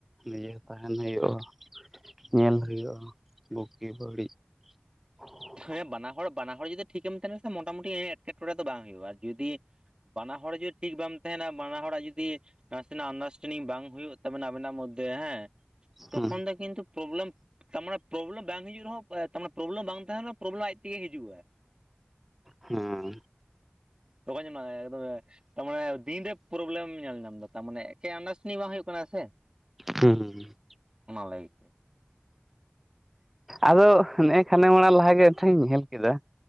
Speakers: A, in the centre; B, on the right.
A: ᱱᱤᱡᱮ ᱛᱟᱸᱦᱮᱱ ᱦᱩᱭᱩᱜᱼᱟ, ᱧᱮᱞ ᱦᱩᱭᱩᱜᱼᱟ, ᱵᱩᱜᱤ ᱵᱟᱹᱲᱤᱡ ᱾ ᱟᱨ <inaudible>
B: ᱦᱮᱸ ᱵᱟᱱᱟ ᱦᱚᱲ, ᱵᱟᱱᱟ ᱦᱚᱲ ᱡᱩᱫᱤ ᱴᱷᱤᱠᱮᱢ ᱛᱟᱸᱦᱮ ᱞᱮᱱᱠᱷᱟᱱ ᱢᱚᱴᱟᱢᱩᱴᱤ ᱮᱸᱴᱠᱮᱴᱚᱬᱮ ᱫᱚ ᱵᱟᱝ ᱦᱩᱭᱩᱜᱼᱟ, ᱟᱨ ᱡᱩᱫᱤᱼᱼ ᱵᱟᱱᱟ ᱦᱚᱲ ᱡᱩᱫᱤ ᱴᱷᱤᱠ ᱵᱟᱢ ᱛᱟᱸᱦᱮᱱᱟ, ᱵᱟᱱᱟ ᱦᱚᱲᱟᱜ ᱡᱩᱫᱤᱼᱼ ᱱᱟᱥᱮᱱᱟᱜ ᱟᱱᱰᱟᱨᱥᱴᱮᱱᱰᱤᱝ ᱵᱟᱝ ᱦᱩᱭᱩᱜ ᱛᱟᱵᱮᱱᱟ ᱟᱹᱵᱤᱱᱟᱜ ᱢᱚᱫᱽᱫᱷᱮ ᱦᱮᱸᱼᱼ ᱛᱚᱠᱷᱚᱱ
A: ᱦᱩᱸ
B: ᱫᱚ ᱠᱤᱱᱛᱩ ᱯᱨᱚᱵᱞᱮᱢ, ᱛᱟᱨ ᱢᱟᱱᱮ ᱯᱨᱚᱵᱞᱮᱢ ᱵᱟᱝ ᱦᱤᱡᱩᱜ ᱨᱮᱦᱚᱸ <inaudible> ᱛᱟᱨ ᱢᱟᱱᱮ ᱯᱨᱚᱵᱞᱮᱢ ᱵᱟᱝᱼᱼ ᱱᱚᱜᱼᱚ ᱱᱚᱣᱟ ᱯᱨᱚᱵᱞᱮᱢ ᱟᱡ ᱛᱮᱜᱮ ᱦᱤᱡᱩᱜᱼᱟ ᱾
A: ᱦᱩᱸ
B: ᱫᱚᱠᱟᱱ ᱡ ᱞ <unintelligible> ᱛᱟᱨᱢᱟᱱᱮ ᱫᱤᱱᱨᱮ ᱯᱨᱚᱵᱞᱮᱢ ᱧᱮᱞ ᱧᱟᱢᱫᱟ ᱛᱟᱨ ᱢᱟᱱᱮ ᱮᱠᱮ ᱟᱱᱰᱟᱨᱥᱴᱮᱱᱰᱤᱝ ᱵᱟᱝ ᱦᱩᱭᱩᱜ ᱠᱟᱱᱟ ᱥᱮ ᱾
A: ᱦᱩᱸ ᱦᱩᱸ <unintelligible>
B: ᱚᱱᱟ ᱞᱟᱹᱜᱤᱫ <inaudible>
A: ᱟᱫᱚ ᱱᱮᱜᱼ ᱠᱷᱟᱱᱮ ᱢᱟᱲᱟ ᱞᱟᱦᱟᱜᱮ ᱢᱤᱫ ᱴᱷᱮᱱᱤᱧ ᱧᱮᱞ ᱠᱮᱫᱟ ᱾